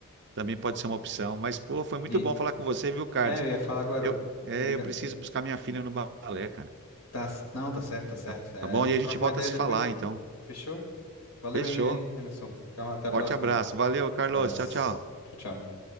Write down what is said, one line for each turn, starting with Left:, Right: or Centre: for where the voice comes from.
Right: também pode ser uma opção. Mas, pô, foi muito
Left: E,
Right: bom falar com você, viu, Carlos?
Left: é, eu ia falar agora.
Right: Eu, é,
Left: Obriga-
Right: eu preciso buscar minha filha no balé, cara.
Left: Tá, c- não, tá certo, tá certo.
Right: Tá,
Left: É,
Right: tá bom?
Left: a gente
Right: E a
Left: troca
Right: gente volta
Left: uma ideia
Right: a se
Left: depois.
Right: falar, então.
Left: Fechou? Valeu,
Right: Fechou.
Left: hein, hein, Emerson. Então, até a
Right: Forte
Left: próxima.
Right: abraço. Valeu, Carlos.
Left: Abraço.
Right: Tchau, tchau.
Left: Tchau, tchau.